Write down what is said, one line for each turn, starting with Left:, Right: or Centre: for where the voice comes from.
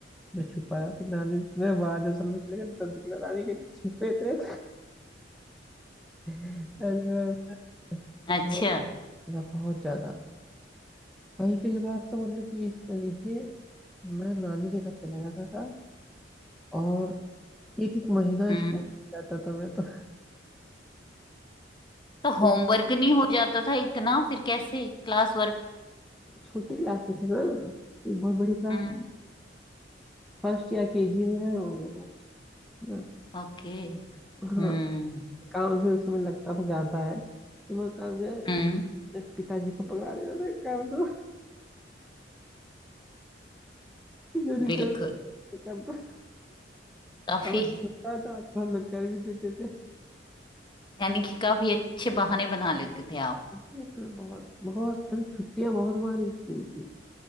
Centre: मैं छुपाया फिर नानी मैं बाहर जब सब लोग चले गए तब निकला नानी के छुपे थे अरे, बहुत
Left: अच्छा
Centre: ज्यादा बहुत ज्यादा कई कई बार तो मतलब कि इस पर लीजिए मैं नानी के घर चला जाता था और एक एक महीना
Left: हम्म
Centre: स्कूल जाता था मैं तो
Left: तो होमवर्क
Centre: एक
Left: नहीं हो जाता था इतना फिर कैसे क्लास वर्क
Centre: छोटी क्लास में थे ना एक बहुत बड़ी क्लास
Left: हम्म
Centre: फर्स्ट या केजी में आए होंगे बस ना
Left: ओके
Centre: हाँ
Left: हम्म
Centre: काम से उस समय लगता था ज्यादा है तो मैं काम जो
Left: हम्म
Centre: है पिताजी को पकड़ा देता था कर दो जो दिखता
Left: बिल्कुल
Centre: था कर दो
Left: काफी
Centre: हमें छोटा था तो हम लोग कर भी देते थे
Left: यानी कि काफी अच्छे बहाने बना लेते थे आप
Centre: हमने अपना बहुत बहुत हमने छुट्टियां बहुत मारी स्कूल की